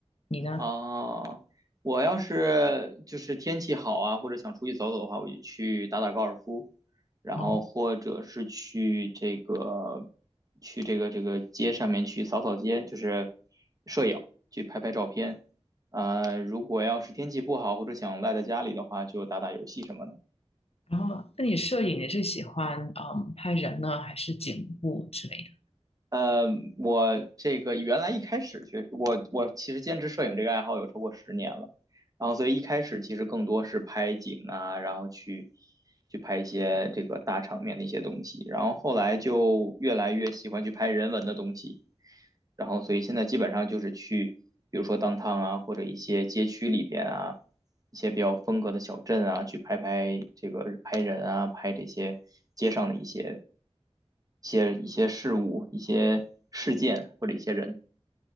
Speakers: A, on the left; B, on the right.
A: 你呢？
B: 哦，我要是就是天气好啊，或者想出去走走的话，我就去打打高尔夫，然后或者是去这个
A: 哦，
B: 去这个这个街上面去扫扫街，就是摄影，去拍拍照片。呃，如果要是天气不好或者想赖在家里的话，就打打游戏什么的。
A: 然后，那你摄影你是喜欢嗯拍人呢，还是景物之类的？
B: 呃，我这个原来一开始学我我其实坚持摄影这个爱好有超过十年了，然后所以一开始其实更多是拍景啊，然后去去拍一些这个大场面的一些东西，然后后来就越来越喜欢去拍人文的东西，然后所以现在基本上就是去，比如说 downtown 啊，或者一些街区里边啊，一些比较风格的小镇啊，去拍拍这个拍人啊，拍这些街上的一些一些一些事物、一些事件或者一些人。